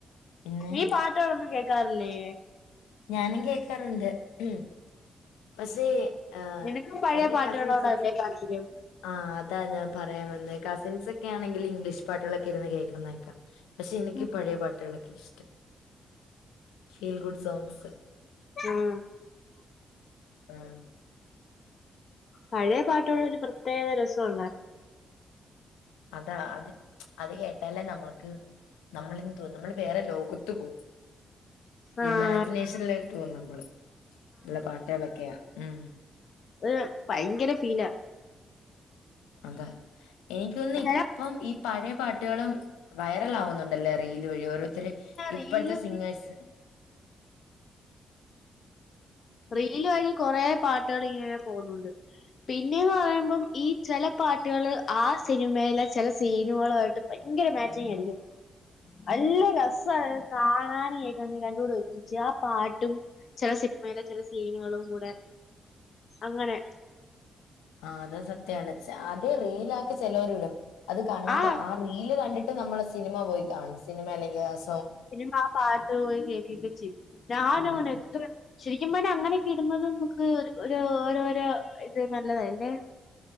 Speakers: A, on the left; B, on the left.
A: പിന്നെ
B: നീ പാട്ടുകളൊന്നും കേൾക്കാറില്ലേ
A: ഞാനും കേക്കാറുണ്ട് ഉം പക്ഷേ ആഹ്
B: നിനക്കും പഴയ
A: എന്റെ
B: പാട്ടുകളോടല്ലേ
A: കസിൻസ്
B: താൽപര്യം
A: ആഹ് അതാ ഞാൻ പറയാൻ വന്നെ കസിൻസ് ഒക്കെ ആണെങ്കിൽ ഇംഗ്ലീഷ് പാട്ടുകളൊക്കെ ഇരുന്ന് കേൾക്കുന്ന കേക്കാം പക്ഷെ എനിക്ക്
B: ഉം
A: പഴയ പാട്ടുകളൊക്കെയാ ഇഷ്ടം ഫീൽ ഗുഡ് സോങ്ങ്സ്
B: ആഹ്
A: ആഹ്
B: പഴയ പാട്ടുകള് ഒരു പ്രത്യേകതരം രസൊള്ളെ
A: അതാ അത് അത് കേട്ടാലേ നമ്മക്ക് നമ്മളെന്തോ നമ്മള് വേറെ ലോകത്ത് പോകും
B: ആഹ്
A: ഇമാജിനേഷനിലോട്ട് പോവും നമ്മള്. നല്ല പാട്ടുകളൊക്കെയാ ഉം
B: ഏഹ് ഭയങ്കര ഫീലാ
A: അതെ എനിക്കു തോന്നുന്നു
B: പിന്നെ
A: ഇപ്പം ഈ പഴയ പാട്ടുകളും വൈറലാവുന്നുണ്ടല്ലേ റീല് വഴി ഓരോ രുത്തര് ഇപ്പഴത്തെ
B: റീല് വഴി
A: സിങ്ങേഴ്സ്
B: റീല് വഴി കോറേ പാട്ടുകള് ഇങ്ങനെ പോകുന്നുണ്ട് പിന്നേന്ന് പറയുമ്പം ഈ ചില പാട്ടുകള് ആഹ് സിനിമയിലെ ചെല സീനുകളുവായിട്ട് ഭയങ്കര മ്യാച്ചിങ്ങ് ആയിരിക്കും. നല്ല രസാണ് അത് കാണാനും കേക്കാനും രണ്ടും കൂടെ ഒരുമിച്ച് ആ പാട്ടും ചെല സിനിമയിലെ ചെല സീനുകളും കൂടെ അങ്ങനെ
A: ആഹ് അത് സത്യാണ്. അത് റീലാക്കി ചിലവര് ഇടും. അത് കണ്ട്
B: ആ
A: ആഹ് റീ റീലു കണ്ടിട്ട് നമ്മള് സിനിമ പോയി കാണും സിനിമ അല്ലെങ്കിൽ ആഹ്
B: പിന്നെ ആഹ് പാട്ട് പോയി കേക്കു ഒക്കെ ചെയ്യും ഞാനങ്ങനെ
A: ആ,
B: എത്ര ശരിക്കും പറഞ്ഞ അങ്ങനെ കിടുന്നത് നമുക്ക് ഓരോരോ ഇത് നല്ലതാ ല്ലേ